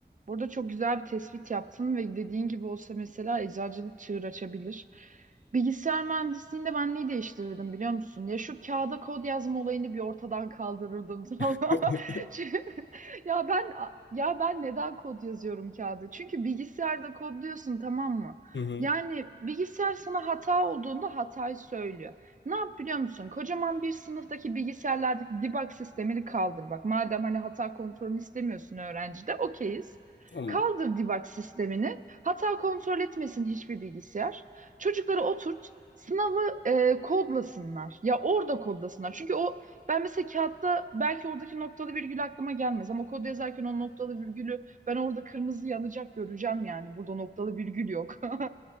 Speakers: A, on the right (about 45°); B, on the left (about 80°).
A: Burada çok güzel bir tespit yaptın ve dediğin gibi olsa mesela eczacılık çığır açabilir. Bilgisayar mühendisliğinde ben neyi değiştirirdim biliyor musun? Ya şu kağıda kod yazma olayını bir ortadan kaldırırdım <laughs> tamam.
B: <laughs>
A: mı? Çünkü- ya ben ya ben neden kod yazıyorum kağıda? Çünkü bilgisayarda kodluyorsun tamam mı?
B: Hı hı.
A: Yani bilgisayar sana hata olduğunda hatayı söylüyor. Ne yap biliyor musun? Kocaman bir sınıftaki bilgisayarlardaki debug sistemini kaldır bak. Madem hani hata kontrolünü istemiyorsun öğrencide, okeyiz.
B: Tamam.
A: Kaldır debug sistemini. Hata kontrol etmesin hiçbir bilgisayar. Çocukları oturt. Sınavı e, kodlasınlar. Ya orada kodlasınlar. Çünkü o ben mesela kağıtta belki oradaki noktalı virgül aklıma gelmez ama kod yazarken o noktalı virgülü ben orada kırmızı yanacak göreceğim yani. Burada noktalı virgül yok. <laughs>